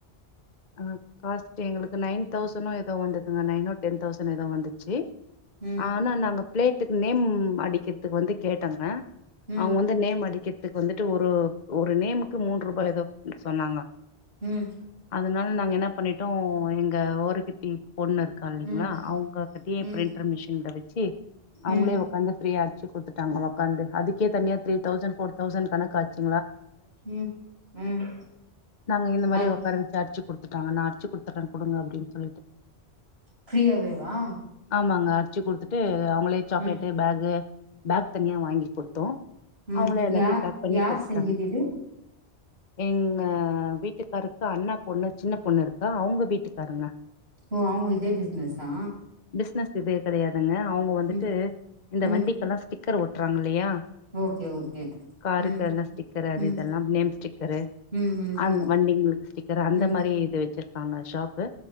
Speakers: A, on the left; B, on the right.
A: அ காஸ்ட்டு எங்களுக்கு நைன் தவுசனோ ஏதோ வந்ததுங்க நைனோ டென் தவுசண்ட் ஏதோ வந்துச்சு
B: ம்
A: ஆனா நாங்க பிளேட்டுக்கு நேம் அடிக்கிற்த்துக்கு வந்து கேட்டங்க
B: ம்
A: அவங்க வந்து நேம் அடிக்கிற்த்துக்கு வந்துட்டு ஒரு ஒரு நேமுக்கு மூன்ரூபா ஏதோ சொன்னாங்க
B: ம்
A: அதனால நாங்க என்ன பண்ணிட்டோ எங்க ஓரகத்தி பொண்ணு இருக்கா இல்லிங்ளா
B: ம்
A: அவங்க கிட்டயே
B: ம்
A: பிரிண்டர் மிஷின்ல வச்சு அவங்ளே
B: ம்
A: ஒக்காந்து ஃப்ரீயா அச்சி குத்துட்டாங்க ஒக்காந்து அதுக்கே தனியா த்ரீ தவுசண்ட் ஃபோர் தவுசண்ட் கணக்காட்
B: ம் ம்
A: நாங்க இந்த மாரி
B: அது
A: ஒக்கார வச்சு அடிச்சு குடுத்துட்டாங்க நா அடிச்சு குடுத்துர்ற குடுங்க அப்டின் சொல்லிட்டு
B: ஃப்ரீயாவே வா
A: ஆமாங்க அடிச்சுக் குடுத்துட்டு அவங்களே சாக்லேட்டு
B: ம்
A: பேகு பேக் தனியா வாங்கி குடுத்தோம்
B: ம்
A: அவங்கள எல்லாத்தையு
B: யார்
A: பேக் பண்ணி
B: யார்
A: குடுத்துட்டாங்க
B: செஞ்சது இது
A: எங்க வீட்டுக்காருக் கு அண்ணா பொண்ணு சின்ன பொண்ணு இருக்கா அவங்க வீட்டுக்காருங்க
B: ஓ அவங்களோ இதே பிஸ்னஸ்ஸா
A: பிஸ்னஸ் இது கெடயாதுங்க அவங்க வந்துட்டு
B: ம்
A: இந்த
B: ம்
A: வண்டிக்கெல்லா ஸ்டிக்கர் ஒட்டுறாங்க இல்லையா
B: ஓகே ஓகே
A: காருக்கு
B: ம்
A: என்னா ஸ்டிக்கரு அது
B: ம்
A: இதெல்லா நேம் ஸ்டிக்கரு
B: ம் ம்
A: அந்த
B: ம்
A: வண்டிங்களுக்கு ஸ்டிக்கரு அந்த
B: ம்
A: மாரி வச்சிருக் க்காங்க ஷாப்பு